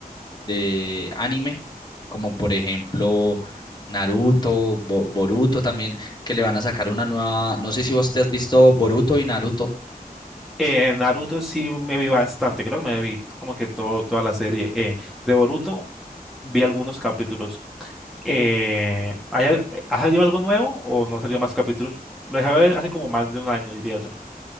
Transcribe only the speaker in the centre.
Eh, Naruto sí me vi bastante, creo que me vi como que todo, toda la serie. Eh, de Boruto vi algunos capítulos. Eh, ¿hay al- ¿ha salido algo nuevo o no ha salido más capítulos? Lo dejé ver hace como más de un año, diría yo.